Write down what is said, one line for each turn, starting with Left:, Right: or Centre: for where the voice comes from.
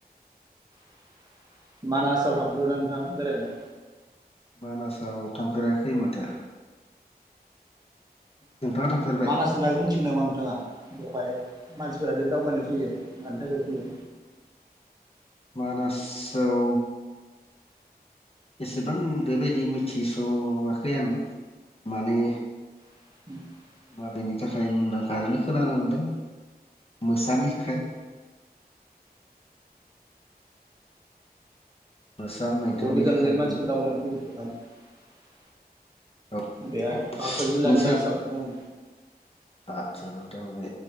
Right: <inaudible> मानासाव थांफेर बायना नोंथां बेरायनो?
Left: मानासाव थांफेराखै माथो। नोंथाङा थांफेरबाय
Right: मानासनि बागै मोनथिगो नामा नोंथाङा? बेवहाय मानसिफोरा दि दावबायनो फैयो मानि थाखाय फैयो?
Left: मानासाव एसेबां बेबायदि मिथिस'वाखै आं। माने
Right: <inaudible>
Left: माबेनि थाखाय मुंदांखा ओरैनो खोनानो मोनदों मोसानि थाखाय <inaudible> मोसा मैदेरनि
Right: बहुत गोजान
Left: थाखाय
Right: गोजाननि
Left: बेयो
Right: मानसिफोर दावबायनो फैयो <unintelligible>
Left: औ नोंथां
Right: बेहाय बाक्सा जिल्लानि
Left: नोंसोर
Right: आसामाव दं
Left: <inaudible> आदचा नों औ बे